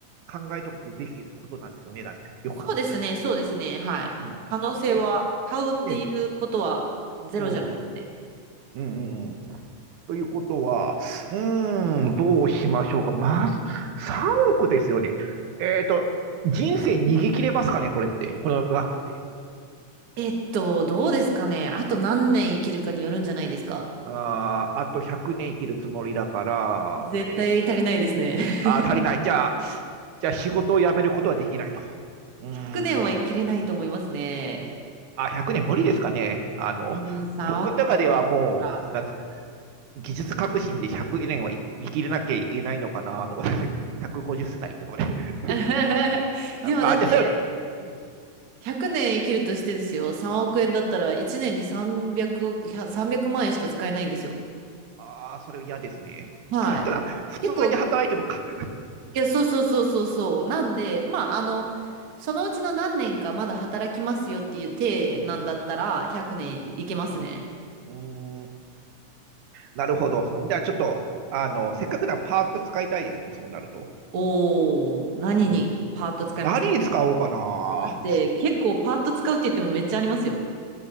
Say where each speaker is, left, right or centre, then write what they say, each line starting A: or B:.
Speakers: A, on the right; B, on the right.
A: 考えておくべきことなんですよね、大体。
B: <laughs>
A: よく考えたら。
B: そうですね、そうですね、はい。
A: うん。
B: 可能性は、
A: ね、
B: 買うっていうことはゼロじゃなくて。
A: ね、ぜうん。うん、うん。ということは、うーん、どうしましょうか。まず、3億ですよね。えっと、人生逃げ切れますかね、これって。この額って。
B: えっと、どうですかね。あと何年生きるかによるんじゃないですか。
A: あー、あと100年生きるつもりだから、
B: 絶対足りないですね。
A: えー、
B: <laughs>
A: あー、足りない。じゃあ、じゃあ仕事を辞めることはできないと。うーん。
B: 100年は生きれないと思いますね。
A: あ、100年無理ですかね。あの、
B: うん、3億
A: 僕の中ではもう、
B: か。
A: なんですか、技術革新で100年は生生きれなきゃいけないのかなとか、<laughs> 150歳とかまで。<laughs>
B: <laughs>
A: あ、
B: でもだって
A: あじゃあそれは、うん。
B: 100年生きるとしてですよ。3億円だったら1年に300億、
A: はい。
B: 300万円しか使えないんですよ。
A: ああ、それ嫌ですね。
B: はい。
A: それったら、普通に働いてもか、
B: 結構、いや、そうそうそうそうそう。なんで、まあ、あの、そのうちの何年かまだ働きますよっていう体なんだったら100年いけますね。
A: <laughs> うん。うん。うーん。なるほど。じゃあちょっと、あの、せっかくならパーッと使いたいですね、そうなると。
B: おー、何にパート使いますか
A: うん。何に使おうかな。
B: だって結構パート使うって言ってもめっちゃありますよ。